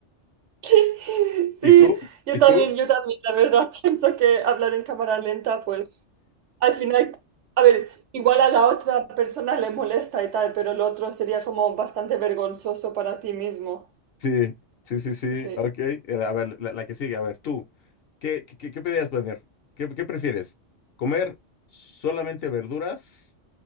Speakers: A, on the right; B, on the left.
A: <laughs>
B: ¿Y
A: Sí,
B: tú?
A: yo
B: ¿Y
A: también,
B: tú?
A: yo también, la verdad, <laughs> pienso que hablar en cámara lenta, pues al final, a ver, igual a la otra persona le molesta y tal, pero el otro sería como bastante vergonzoso para ti mismo.
B: Sí, sí, sí, sí.
A: Sí.
B: Ok. Eh, A
A: sí.
B: ver, la, la que sigue, a ver, tú. ¿Qué, qué, qué pedías planear? ¿Qué, qué prefieres? ¿Comer solamente verduras